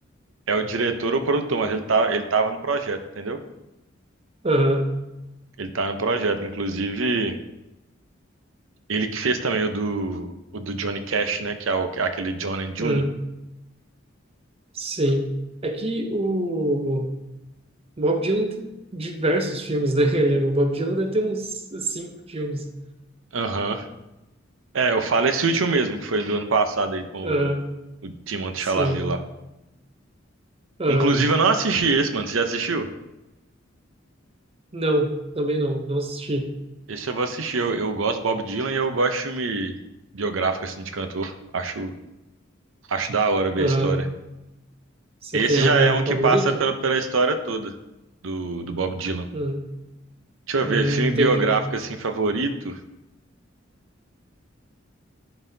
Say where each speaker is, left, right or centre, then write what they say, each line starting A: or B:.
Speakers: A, on the right (about 85°); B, on the right (about 30°).
A: é o diretor ou o produtor, mas ele tá, ele tava no projeto, entendeu?
B: aham,
A: Ele tá no projeto. Inclusive, ele que fez também o do, o do Johnny Cash, né? Que é o- aquele John and June.
B: hum, sim. É que o Bob Dylan tem diversos filmes, né? <laughs> Ele, o Bob Dylan deve ter uns cinco filmes.
A: Aham. É, eu falo esse último mesmo, que foi do ano passado aí com
B: Aham,
A: o, o Timothée
B: sim.
A: Chalamet lá.
B: Aham,
A: Inclusive, eu não assisti esse, mano. Você já assistiu?
B: não, também não, não assisti.
A: Esse eu vou assistir. Eu, eu gosto do Bob Dylan e eu gosto de filme biográfico, assim, de cantor. Acho, acho da hora ver
B: Aham.
A: a história.
B: Você
A: Esse
B: tem algum
A: já é um que
B: favorito?
A: passa pela, pela história toda do, do Bob Dylan.
B: Hum,
A: Deixa eu
B: hum,
A: ver, filme
B: entendi.
A: biográfico, assim, favorito?